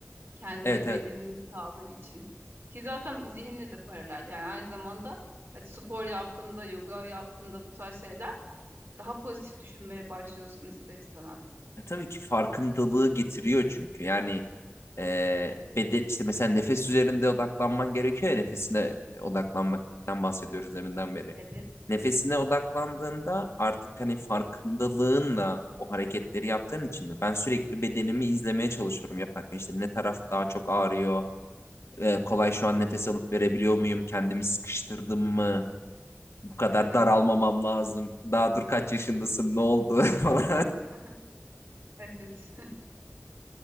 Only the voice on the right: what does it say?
kendi
bedenin sağlığı için. Ki zaten zihinle de paralel yani aynı zamanda hadi spor yaptığında, yoga yaptığında bu tarz şeyler daha pozitif düşünmeye başlıyorsun ister istemez.
Evet,
Evet.
<laughs> Evet.